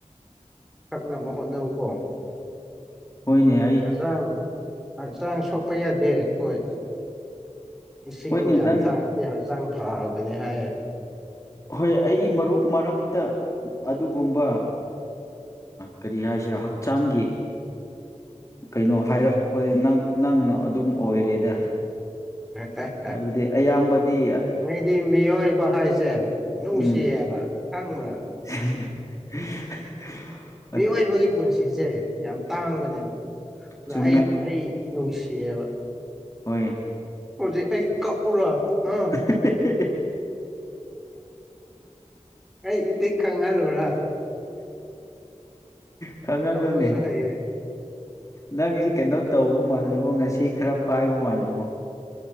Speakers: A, in the centre; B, on the left.
A: ꯊꯛꯅꯕ ꯍꯣꯠꯅꯧ ꯀꯣ
B: ꯍ‌ꯣꯏꯅꯦ
A: ꯍꯛꯆꯥꯡ ꯍꯛꯆꯥꯡ ꯁꯣꯛꯄ ꯌꯥꯗꯦ ꯈ‌ꯣꯏ ꯏꯁꯤꯡ
B: ꯍꯣꯏꯅꯦ
A: ꯌꯥꯝ
B: ꯅꯪ
A: ꯊꯛꯑꯗꯤ ꯍꯛꯆꯥꯡ ꯐꯕꯅꯤ ꯍꯥꯏꯌꯦ
B: ꯍꯣꯏ ꯑꯩ ꯃꯔꯨꯞ ꯃꯔꯛꯇ ꯑꯗꯨꯒꯨꯝꯕ ꯀꯔꯤ ꯍꯥꯏꯁꯤꯔꯥ ꯍꯛꯆꯥꯡꯒꯤ ꯀꯩꯅꯣ ꯍꯥꯏꯔꯛꯄꯁ ꯅꯪꯅ ꯑꯗꯨꯝ ꯑꯣꯏꯔꯦꯗ
A: ꯔꯠꯇꯥꯏ
B: ꯍꯥꯏꯕꯗꯤ ꯑꯌꯥꯝ ꯕꯗꯤ
A: ꯑꯩꯗꯤ ꯃꯤꯑꯣꯏꯕ ꯍꯥꯏꯁꯦ ꯅꯨꯡꯁꯤꯌꯦꯕ
B: ꯎꯝ
A: ꯈꯪꯕ꯭ꯔꯥ
B: <unintelligible>
A: ꯃꯤꯑꯣꯏꯕꯒꯤ ꯄꯨꯟꯁꯤꯁꯦ ꯌꯥꯝ ꯇꯥꯡꯕꯅꯦꯕ ꯑꯗ
B: ꯆꯨꯝꯃꯦ
A: ꯑꯩ ꯑꯩ ꯅꯨꯡꯁꯤꯌꯦꯕ
B: ꯍꯣꯏ
A: ꯍꯧꯖꯤꯛ ꯑꯩ ꯀꯛꯎꯔ ꯍꯥ
B: <unintelligible>
A: ꯑꯩ ꯏꯇꯤꯛ ꯈꯪꯍꯜꯂꯨꯔꯥ
B: <unintelligible> ꯈꯪꯍꯜꯂꯣꯅꯦ
A: ꯀꯞꯄꯁꯨ ꯍꯩꯌꯦ
B: ꯅꯪꯁꯤ ꯀꯩꯅꯣ ꯇꯧꯕ ꯃꯥꯜꯂꯦꯕꯣ ꯉꯁꯤ ꯈꯔ ꯄꯥꯏꯕ ꯃꯥꯜꯂꯦꯕꯣ꯫